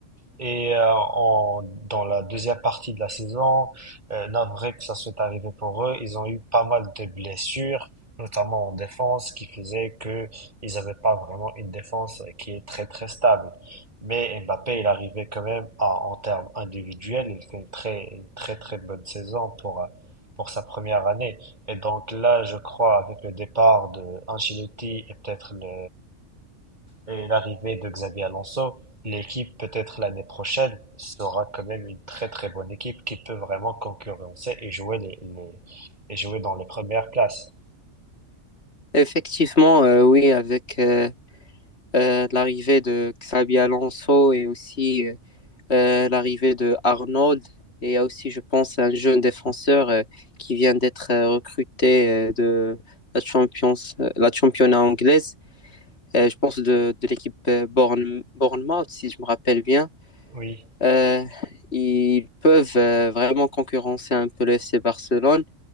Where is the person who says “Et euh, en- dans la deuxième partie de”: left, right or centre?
Right